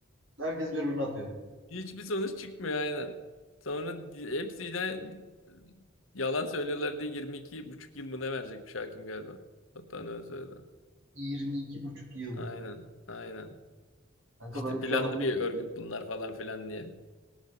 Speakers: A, on the right (about 70°); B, on the left (about 75°).
A: Herkes birbirine atıyor.
B: Hiçbir sonuç çıkmıyor aynen. Sonra di- hepsi de yalan söylüyorlar diye 22 buçuk yıl mı ne verecekmiş hakim galiba. Hatta ne öyle söyledi.
A: yirmi iki buçuk yıl.
B: Aynen aynen.
A: Kanka
B: İşte
A: böyle
B: planlı
A: bir şey olabilir.
B: bir örgüt bunlar falan filan diye.